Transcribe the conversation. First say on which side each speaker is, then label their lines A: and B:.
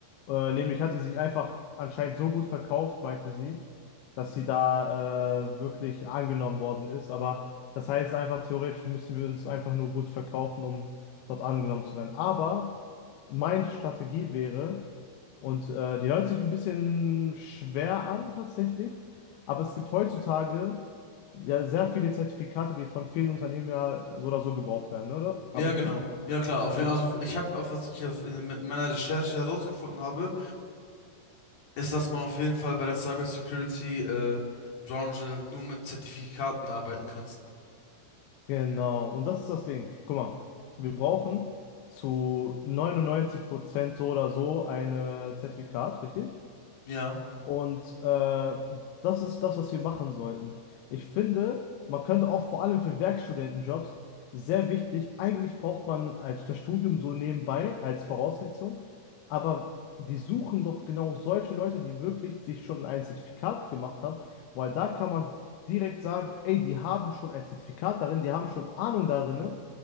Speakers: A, on the left (about 75°); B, on the left (about 65°).
A: Äh, nämlich hat sie sich einfach anscheinend so gut verkauft, meinte sie, dass sie da äh, wirklich angenommen worden ist. Aber das heißt einfach, theoretisch müssen wir uns einfach nur gut verkaufen, um dort angenommen zu werden. Aber meine Strategie wäre, und äh, die hört sich ein bisschen schwer an tatsächlich, aber es gibt heutzutage ja sehr viele Zertifikate, die von vielen Unternehmen ja so oder so gebraucht werden, ne, oder?
B: Ja,
A: Habe ich
B: genau.
A: recht?
B: Ja, klar. Auf jeden,
A: Gut.
B: also ich habe, was ich hier in mit meiner Recherche herausgefunden habe, ist, dass man auf jeden Fall bei der Cybersecurity äh, Branche nur mit Zertifikaten arbeiten kannst.
A: Genau, und das ist das Ding. Guck mal, wir brauchen zu 99% so oder so ein Zertifikat, richtig?
B: Ja,
A: Und äh, das ist das, was wir machen sollten. Ich finde, man könnte auch vor allem für Werkstudentenjobs sehr wichtig, eigentlich braucht man als das Studium so nebenbei als Voraussetzung, aber die suchen doch genau solche Leute, die wirklich sich schon ein Zertifikat gemacht haben, weil da kann man direkt sagen, ey, die haben schon ein Zertifikat darin, die haben schon Ahnung darin